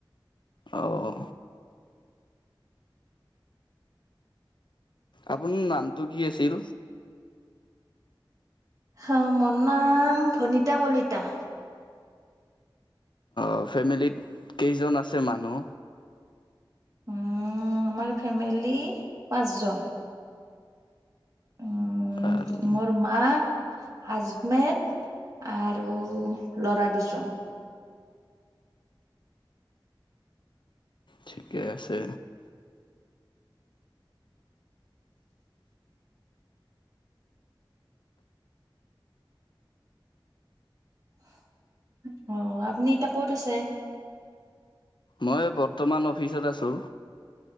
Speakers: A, on the left (about 60°); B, on the right (about 45°).
A: অঁ আপোনি নামটো কি আছিল?
B: হ মোৰ নাম ভনিতা কলিতা।
A: অঁ ফেমিলীত কেইজন আছে মানুহ?
B: অঁ আমাৰ ফেমিলি পাঁচজন। উম
A: আৰু
B: মোৰ মা হাজবেণ্ড আৰু ল'ৰা দুজন।
A: ঠিকে আছে।
B: <inaudible> অ আপুনি এতিয়া ক'ত আছে?
A: মই বৰ্তমান অফিচত আছোঁ।